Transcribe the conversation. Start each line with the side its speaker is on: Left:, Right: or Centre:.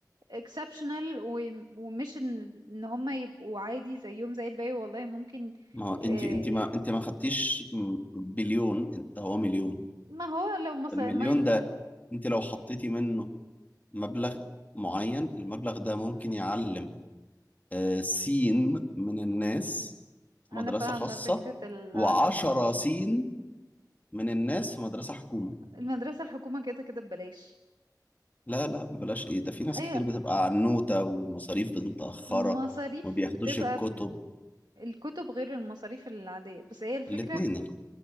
Right: exceptional و- ومش ان إن هم يبقوا عادي زيهم زي الباقي والله ممكن
Left: ما هو انت
Right: آه،
Left: انت ما انت ما خدتيش م- بليون ده هو مليون
Right: ما هو لو مصر
Left: المليون
Right: ما
Left: ده انت لو حطيتي منه مبلغ معين المبلغ ده ممكن يعلم آه، سين من الناس في
Right: انا
Left: مدرسة
Right: فاهمة
Left: خاصة
Right: فكرة العدد
Left: وعشرة سين من الناس في مدرسة حكومة
Right: المدرسة الحكومة كده كده ببلاش
Left: لا لا بلاش ايه ده في ناس
Right: اي
Left: كتير بتبقى عنوتة والمصاريف متأخرة
Right: مصاريف
Left: ما بياخدوش
Right: بتبقى
Left: الكتب
Right: ب- الكتب غير المصاريف العادية بس هي الفكرة
Left: الاتنين الاتنين.